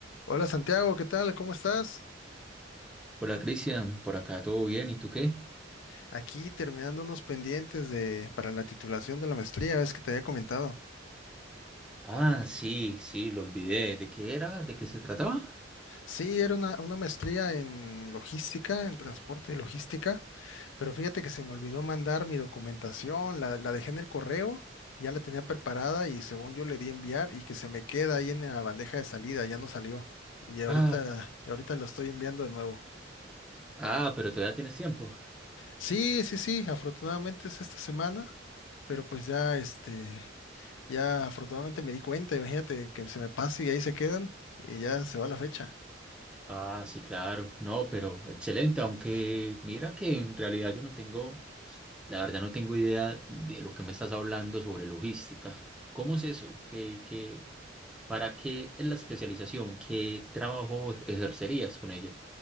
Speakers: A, on the left; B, in the centre.
A: Hola Santiago, ¿qué tal? ¿Cómo estás?
B: Hola Cristian, por acá todo bien, ¿y tú qué?
A: Aquí terminando unos pendientes de, para la titulación de la maestría, ves que te había comentado.
B: Ah, sí, sí, lo olvidé. ¿De qué era? ¿De qué se trataba?
A: Sí, era una, una maestría en logística, en transporte y logística, pero fíjate que se me olvidó mandar mi documentación, la, la dejé en el correo, ya la tenía preparada y según yo le di enviar y que se me queda ahí en la bandeja de salida, ya no salió. Y ahorita,
B: Ah,
A: y ahorita lo estoy enviando de nuevo.
B: ah, pero todavía tienes tiempo.
A: Sí, sí, sí, afortunadamente es esta semana, pero pues ya este. Ya afortunadamente me di cuenta, imagínate que se me pase y ahí se quedan y ya se va la fecha.
B: Ah, sí, claro. No, pero excelente, aunque mira que en realidad yo no tengo, la verdad no tengo idea de lo que me estás hablando sobre logística. ¿Cómo es eso? ¿Qué, qué, para qué es la especialización? ¿Qué trabajo ejercerías con ella?